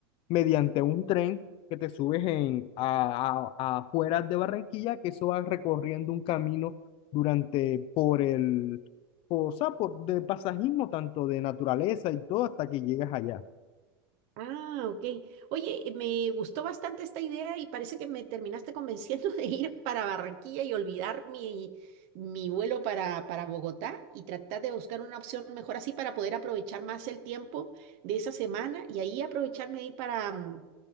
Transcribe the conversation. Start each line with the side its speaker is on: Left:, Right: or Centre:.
Left: mediante un tren que te subes en, a, a- a afueras de Barranquilla, que eso va recorriendo un camino durante, por el, o sea, por, de pasajismo, tanto de naturaleza y todo, hasta que llegas allá.
Right: Ah, ok. Oye, eh, me gustó bastante esta idea y parece que me terminaste convenciendo <laughs> de ir para Barranquilla y olvidar mi, mi vuelo para, para Bogotá y tratar de buscar una opción mejor así para poder aprovechar más el tiempo de esa semana y ahí aprovecharme de ir para, mm,